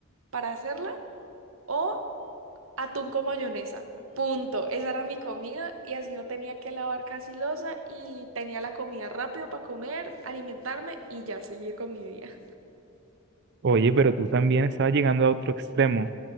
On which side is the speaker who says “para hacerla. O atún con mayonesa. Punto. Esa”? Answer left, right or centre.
Right